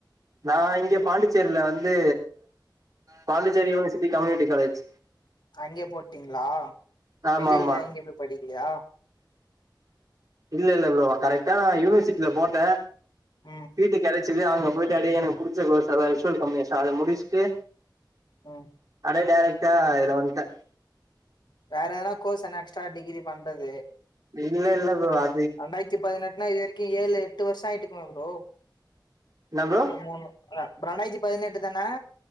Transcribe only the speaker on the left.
அங்கேயே போட்டீங்ளா
வெளிலல்லா
எங்கேயே போய் படிக்கலியா
ம்
ம்
வேற எதனா கோர்ஸ் என்ன எக்ஸ்ட்ரா டிகிரி பண்றது
அ ரெண்டாயிரத்தி பதினெட்னா இது வரைக்கு ஏலு எட்டு வருஷோ ஆயிட்றுக்குமே ப்ரோ
அதுல மூணு ரா ரண்டாயிரத்தி பதினெட்டு தான